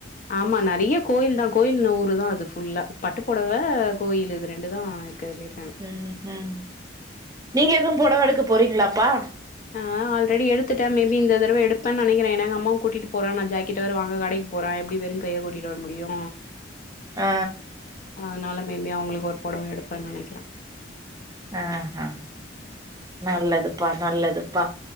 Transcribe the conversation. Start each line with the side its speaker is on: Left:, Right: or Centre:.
Left: ஆமா நறைய கோயில்தா கோயில் ஊருதா அது ஃபுல்லா பட்டுப்பொடவ கோயில் இது ரெண்டுதா இருக்கறதுலயே
Right: ம் ம் நீங்க எதுவு புடவ எடுக்க போறீங்ளாப்பா
Left: ஆ ஆல்ரெடி எடுத்துட்டே மேபி இந்த தடவ எடுப்பே நனைக்கிற எனா எங்க அம்மாவ கூட்டிட்டு போறே நா ஜாக்கெட் வேற வாங்க கடைக் போறே எப்டி வெறு கையா கூட்டிட்டு வர முடியு
Right: ஆ
Left: அதனால மேபி அவுங்குளுக்கு ஒரு பொடவ எடுப்பே நனைக்கிறே
Right: ஆஹ நல்லதுப்பா நல்லதுப்பா